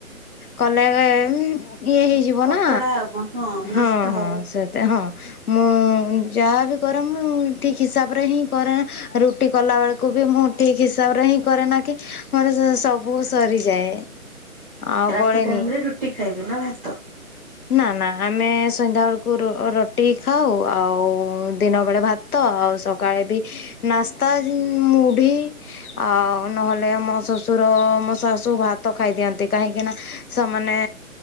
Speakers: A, on the left; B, in the centre.
A: କଲେ ଇଏ ହେଇଯି ବନା
B: ଫୋପଡା ହବ ନଷ୍ଟ
A: ହଁ
B: ହବ
A: ହଁ ସେତ ହଁ ମୁଁ ଯାହାବି କରେ ମୁଁ ଠିକ୍ ହିସାବରେ ହିଁ କରେ ରୁଟି କଲାବେେଳକୁ ବି ମୁଁ ଠିକ୍ ହିସାବରେ ହିଁ କରେନା କି ମୋର ସବୁ ସରିଯାଏ। ଆଉ
B: ରାତି
A: ବଳେନି
B: ଟାଇମ ରେ ରୁଟି ଖାଇବ ନା ଭାତ?
A: ନା ନା ଆମେ ସନ୍ଧ୍ୟା ବେଳକୁ ରୁଟି ଖାଉ ଆଉ ଦିନ ବେଳେ ଭା ତ ଆଉ ସକାଳେ ବି ନାସ୍ତା ଯୋଉ ମୁଢ଼ି। ଆଉ ନହେଲେ ମୋ ଶଶୁର ମୋ ଶାଶୁ ଭାତ ଖାଇଦିଅନ୍ତି କାହିଁକି ନା ସେମାନେ